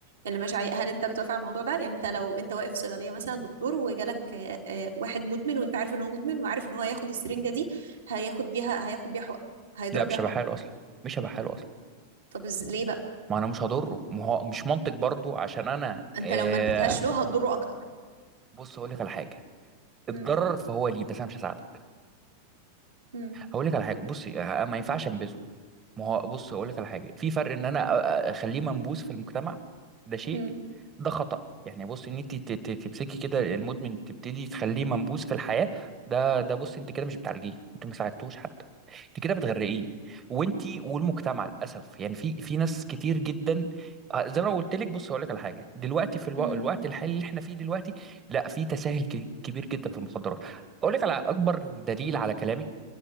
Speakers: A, on the right; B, on the right.
A: اللي ماشي عليه هل انت بتوافق على الموضوع ده يعني انت لو انت واقف في صيدليه مثلا دكتور وجالك آه، آه، واحد مدمن وانت عارف ان هو مدمن وعارف ان هو هياخد السرنجه دي هياخد بيها هياخد بيها حقن هيضرب
B: لا مش
A: بيها حقن
B: هبقى حاله اصلا مش هبقى حاله اصلا
A: طب از- ليه بقى
B: ما انا مش هضره ما هو مش منطق برضو عشان انا
A: انت
B: آه
A: لو ما اديتهاش له هتضره اكتر
B: بص هقول لك على حاجه اتضرر
A: مم.
B: فهو ليه بس انا مش هساعدك
A: مم.
B: هقول لك على حاجه بصي آه، ما ينفعش انبذه ما هو بص اقول لك على حاجه في فرق ان انا أ- أ- اخليه منبوذ في المجتمع ده شيء
A: مم.
B: ده خطأ يعني بص ان انت ت- ت- تمسكي كده المدمن تبتدي تخليه منبوذ في الحياه ده ده بص انت كده مش بتعالجيه انت ما ساعدتوش حتى انت كده بتغرقيه وانت والمجتمع للاسف يعني في في ناس كتير جدا آه، زي ما أنا قلت لك بص اقول لك على حاجه دلوقتي في الو...
A: مم.
B: الوقت الحالي اللي احنا فيه دلوقتي لا في تساهل ك- كبير جدا في المخدرات اقول لك على اكبر دليل على كلامي